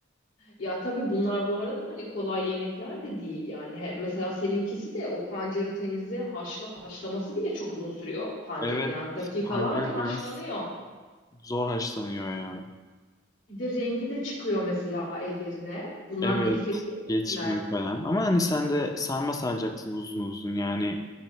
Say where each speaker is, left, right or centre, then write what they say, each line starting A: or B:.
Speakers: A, on the left; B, on the left.
A: Ya tabii bunlar bu arada hani kolay yemekler de değil yani. He, mesela seninkisi de o pancarı temizle haşla haşlaması bile çok uzun sürüyor pancarın.
B: Evet,
A: Yani dakikalarca
B: pancar
A: haşlanıyor.
B: biraz zor haşlanıyor ya.
A: Bir de rengi de çıkıyor mesela ellerine. Bunlar
B: Evet,
A: külfetli
B: geçmiyor
A: yemekler.
B: falan. Ama hani sen de sarma saracaksın uzun uzun yani.